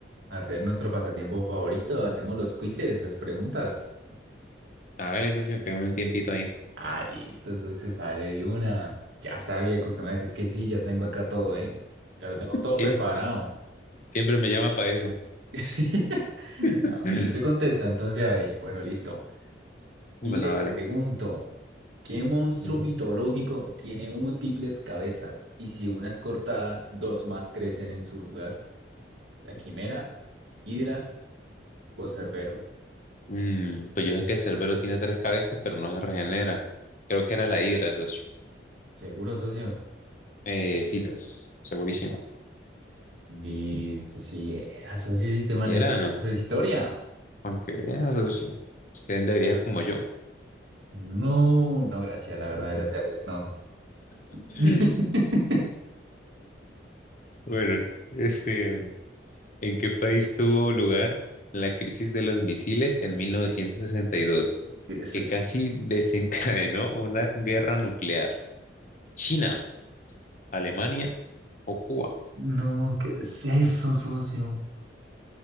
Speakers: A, on the right (about 80°); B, on the left (about 45°).
A: a hacer nuestro pasatiempo favorito, hacemos los quizzes, las preguntas.
B: Hágale, socio, tengo un tiempito ahí.
A: Ah, listo, eso se sale de una. Ya sabía que usted me iba a decir que sí, ya tengo acá todo, ¿eh? Ya lo tengo todo
B: Siem-
A: preparado.
B: Siempre, me llama para eso.
A: <laughs>
B: <clears throat>
A: A
B: <laughs>
A: mí se contesta, entonces ahí, bueno, listo. Le
B: Bueno,
A: pregunto, ¿qué monstruo
B: vale.
A: mitológico tiene múltiples cabezas? Y si una es cortada, dos más crecen en su lugar. La quimera, Hidra o Cerbero.
B: Mm, pues yo sé que el cerbero tiene tres cabezas, pero no se regenera. Creo que era la hidra, socio.
A: Seguro, socio.
B: Eh, sí, sas, segurísimo.
A: Listo, sí era, socio, sistema
B: Sí
A: de
B: era,
A: historia.
B: aunque era socio. Usted debería ser como yo.
A: No, no, gracias, la verdad, gracias a Dios, no.
B: <laughs>
A: <laughs>
B: Bueno, este, ¿en qué país tuvo lugar la crisis de los misiles en 1962,
A: ¿Qué es
B: que
A: eso?
B: casi desencadenó una guerra nuclear? ¿China, Alemania o Cuba?
A: No, ¿qué es eso, socio?